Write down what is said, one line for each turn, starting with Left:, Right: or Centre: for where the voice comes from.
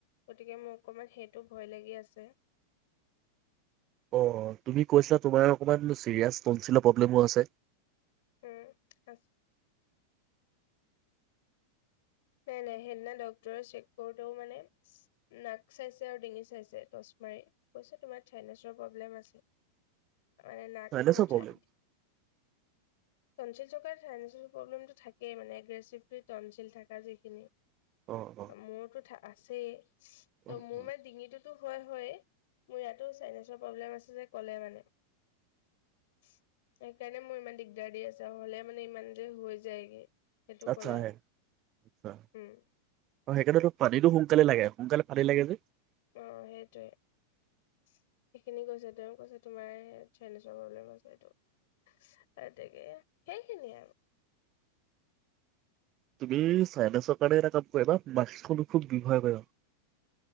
Left: গতিকে মোৰ অকণমান সেইটো ভয় লাগি আছে
Right: অ তুমি কৈছিলা তোমাৰ অকণমান চিৰিয়াছ তনচিলৰ প্ৰব্লেমো আছে
Left: উম আছে নাই নাই সেই দিনা ডক্তৰে চেক কৰোতে ও মানে নাক চাইছে আৰু ডিঙি চাইছে টচ মাৰি কৈছে তোমাৰ চাইন্সেৰ প্ৰব্লেম আছে। মানে নাক
Right: চাইনাছৰ
Left: মুঠাই
Right: প্ৰব্লেম
Left: দি তনচিল জগাত চাইন্সেৰ প্ৰব্লেমটো থাকেই মানে এগ্ৰেছিভটোৱে তনছিল থাকে যিখিনি
Right: অ অ
Left: মোৰতো থা আছেই
Right: অ
Left: ত মোৰ
Right: অ।
Left: মানে ডিঙিটোতো হয় হয় মোৰ ইয়াতো চাইনেচৰ প্ৰব্লেম আছে ক'লে মানে সেইকাৰণে মোৰ ইমান দিগদাৰ দি আছে হ'লে মানে ইমান যে হৈ যায় গে সেইটো
Right: আচ্ছা
Left: কলে
Right: আহে আচ্ছা
Left: উম
Right: সেইকাৰণে তো পানীতো সোনকালে লাগে সোনকালে পানী লাগে যে
Left: অহ সেইটোৱে সেইখিনি কৈছে তেওঁ কৈছে তোমাৰ হে চাইনেচৰ প্ৰব্লেম‌ আছে সেটো গতিকে আৰু সেইখিনিয়ে আৰু
Right: তুমি চাইনেছৰ কাৰণে এটা কাম কৰা বা মাক্স খনো খুব ব্যৱহাৰ কৰে।